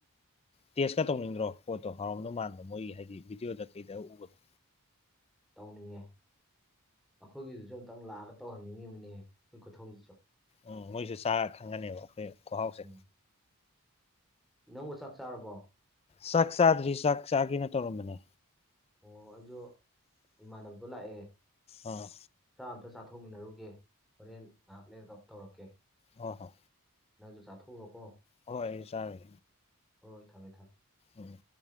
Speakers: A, on the left; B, in the centre.
A: ꯇꯦꯁꯀ ꯇꯧꯅꯤꯡꯗ꯭ꯔꯣ ꯄꯣꯠꯇꯣ ꯍꯥꯎꯔꯝꯗ ꯃꯥꯟꯕ ꯃꯣꯏꯒꯤ ꯍꯥꯏꯗꯤ ꯚꯤꯗꯤꯑꯣꯗ ꯀꯩꯗ ꯎꯕꯗꯣ
B: ꯇꯧꯅꯤꯡꯉꯦ ꯑꯩꯈꯣꯏꯒꯤꯗꯨꯁꯨ ꯑꯃꯨꯛꯇꯪ ꯂꯥꯛꯑꯒ ꯇꯧꯍꯟꯅꯤꯡꯉꯤꯕꯅꯤꯍ ꯑꯩꯣꯏ ꯈꯨꯊꯣꯡꯁꯤ ꯆꯣ
A: ꯎꯝ ꯃꯣꯏꯁꯨ ꯆꯥ ꯈꯪꯒꯅꯦꯕ ꯑꯩꯈꯣꯏ ꯈꯍꯥꯎꯁꯦ
B: ꯎꯝ ꯅꯪꯕꯨ ꯆꯥꯛ ꯆꯥꯔꯕꯣ
A: ꯆꯥꯛ ꯆꯥꯗ꯭ꯔꯤ ꯆꯥꯛ ꯆꯥꯒꯦꯅ ꯇꯧꯔꯝꯕꯅꯦ
B: ꯑꯣ ꯑꯩꯗꯣ ꯏꯃꯥꯟꯅꯕꯗꯣ ꯂꯥꯛꯑꯦ
A: ꯑꯥ
B: ꯆꯥ ꯑꯝꯇ ꯆ ꯊꯣꯛꯃꯤꯟꯅꯔꯨꯒꯦ ꯐꯣꯔ ꯅꯥꯥꯛꯂ ꯇꯧꯔꯛꯀꯦ
A: ꯍ ꯍꯣ
B: ꯅꯪꯁꯨ ꯆꯥꯊꯣꯛꯎꯔꯣꯀꯣ
A: ꯍꯣꯏ ꯆꯔꯦ
B: ꯍ ꯊꯝꯃꯦ ꯊꯝꯃꯦ
A: ꯎꯝ